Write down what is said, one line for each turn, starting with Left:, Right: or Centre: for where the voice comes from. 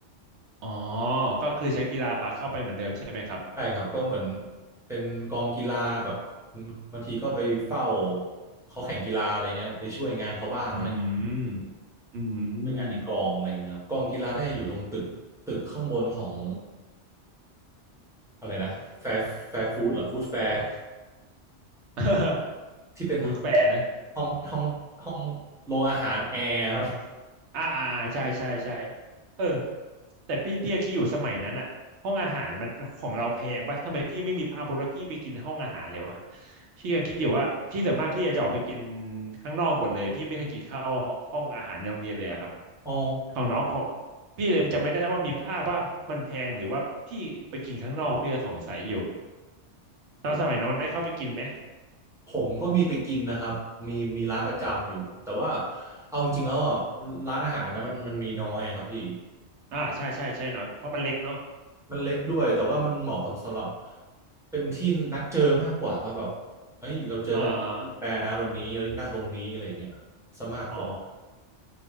Right: อ๋อก็คือใช้กีฬาบาสเข้าไปเหมือนเดิมใช่ไหมครับ
Centre: ใช่ครับก็เหมือนเป็นกองกีฬาแบบบางทีก็ไปเฝ้าเขาแข่งกีฬาอะไรเงี้ยไปช่วยงานเขาบ้างอะไรเงี้ย
Right: อืมอื
Centre: ช่วยงานที่กองอะไรเงี้ยครับกองกีฬาเนี่ยอยู่ตรงตึกตึกข้างบนของ
Right: ม
Centre: อะไรนะแฟร์แฟร์ฟู้ดเหรอฟู้ดแฟร์
Right: <laughs>
Centre: ที่เป็น
Right: พูดแฝนะ
Centre: ห้องห้องห้องโรงอาหารแอร์ครับ
Right: อ่าอ่าอ่าใช่ใช่ใช่เออแต่พี่พี่ยังคิดอยู่สมัยนั้นอะห้องอาหารมันของเราแพงปะทำไมพี่ไม่มีพาพจน์ว่าพี่ไปกินห้องอาหารเลยวะพี่ยังคิดอยู่ว่าพี่ส่วนมากพี่จะออกไปกินข้างนอกหมดเลยพี่ไม่เคยกินข้าวห้องอาหารในโรงเรียนเลยอะครับ
Centre: อ๋อ
Right: ของน้องของพี่เลยจำไม่ได้ว่ามีภาพว่ามันแพงหรือว่าพี่ไปกินข้างนอกพี่ก็สงสัยอยู่ตอนสมัยน้องได้เข้าไปกินไหม
Centre: ผมก็มีไปกินนะครับมีมีร้านประจำอยู่แต่ว่าเอาจริงๆแล้วอ่ะร้านอาหารนะมันมันมีน้อยอะครับพี่
Right: อ่าใช่ใช่ใช่หน่อยเพราะมันเล็กเนาะ
Centre: มันเล็กด้วยแต่ว่ามันเหมาะกับสำหรับเป็นที่นัดเจอมากกว่าป่ะแบบเอ้ยเราเจอกันที่แปรนะวันนี้เรานั่งตรงนี้อะไรอย่างเงี้ยซะมากกว่า
Right: อ่าอาอ๋อ